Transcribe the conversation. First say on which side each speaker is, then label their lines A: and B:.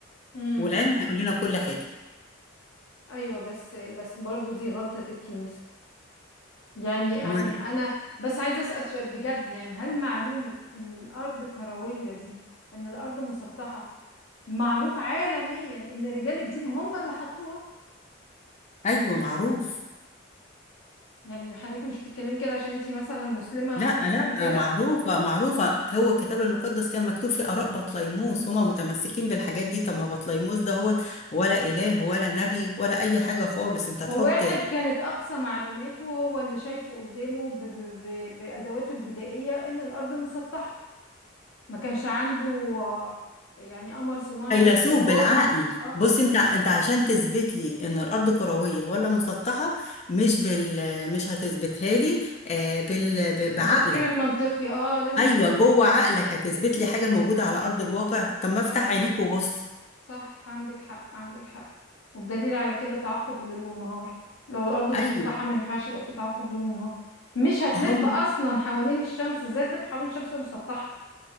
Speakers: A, on the left; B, on the left.
A: امم
B: والعلم هيقول لنا كل حاجة
A: ايوه بس بس برضو دي غلطه الكنيسه يعني يعني
B: ما
A: انا بس عايزه اسال سؤال بجد يعني هل معلومه ان الارض كرويه دي ان الارض مسطحه معروف عالميا ان رجال الدين هم اللي حطوها
B: ايوه معروف
A: يعني حضرتك مش بتتكلمي كده عشان انتي مثلا مسلمه
B: لا
A: فبتقولي كده
B: لا معروفة معروفة هو الكتاب المقدس كان مكتوب فيه آراء بطليموس هما متمسكين بالحاجات دي طب ما بطليموس دهوت ولا إله ولا نبي ولا أي حاجة خالص أنت تحط
A: وواحد كانت اقصى معلوماته هو اللي شايفه قدامه ب ب ب بادواته البدائيه ان الارض مسطحه ما كانش عنده آه، يعني قمر صناعي
B: فيلسوف
A: يقدر يقول
B: بالعقل
A: له يشوف. اه
B: بص أنت أنت عشان تثبت لي إن الأرض كروية ولا مسطحة مش بال مش هتثبتها لي آه، بال ب-
A: والتفكير
B: بعقلك
A: المنطقي اه لازم
B: أيوه
A: تفتكر
B: جوه عقلك هتثبت لي حاجة موجودة على أرض الواقع طب ما افتح
A: صح
B: عينيك وبص
A: صح عندك حق عندك حق والدليل على كده تعاقب الليل والنهار لو الأرض مسطحة
B: أيوه
A: ما ينفعش يبقى في تعاقب ليل ونهار مش هتلف
B: هم
A: أصلا حوالين الشمس ازاي تلف حوالين الشمس وهي مسطحة